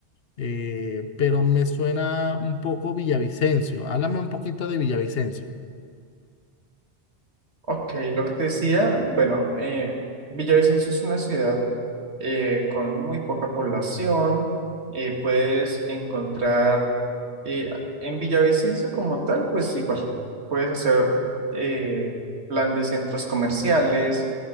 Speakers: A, on the left (about 65°); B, on the right (about 75°).
A: eh, pero me suena un poco Villavicencio. Háblame un poquito de Villavicencio.
B: Ok, lo que te decía, bueno, eh, Villavicencio es una ciudad eh, con muy poca población. eh, puedes encontrar Eh, en Villavicencio como tal, pues igual, puedes hacer eh, plan de centros comerciales,